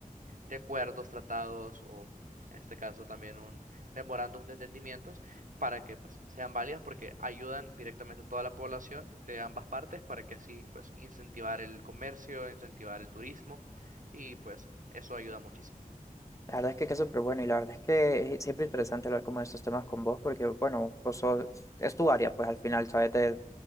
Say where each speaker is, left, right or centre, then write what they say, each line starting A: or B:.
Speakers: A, on the right; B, on the left.
A: de acuerdos, tratados o en este caso también un memorándum de entendimientos para que pues sean válidas porque ayudan directamente a toda la población de ambas partes para que así pues incentivar el comercio, incentivar el turismo y pues eso ayuda muchísimo.
B: La verdad es que, que es súper bueno y la verdad es que es siempre interesante hablar como de estos temas con vos porque, bueno, vos sos- es tu área, pues al final, ¿sabes? de